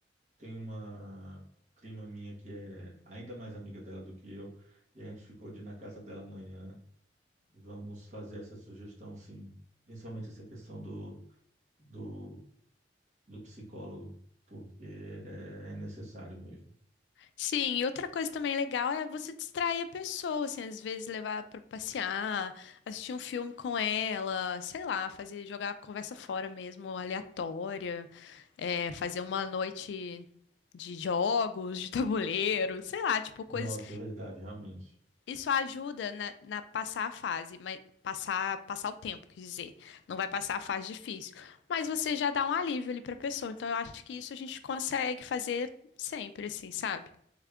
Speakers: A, on the right; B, on the left.
A: tenho uma prima minha que é ainda mais amiga dela do que eu, e a gente ficou de ir na casa dela amanhã. Vamos fazer essa sugestão, sim. Principalmente essa questão do, do, do psicólogo, porque é, é necessário mesmo.
B: Sim, e outra coisa também legal é você distrair a pessoa, assim, às vezes levar para passear, assistir um filme com ela, sei lá, fazer jogar a conversa fora mesmo, aleatória, é, fazer uma noite de jogos, de tabuleiro, sei lá, tipo coisas
A: Nossa, é verdade, realmente.
B: Isso ajuda na, na passar a fase, mas passar, passar o tempo, quer dizer, não vai passar a fase difícil, mas você já dá um alívio ali para a pessoa. Então eu acho que isso a gente consegue fazer sempre, assim, sabe?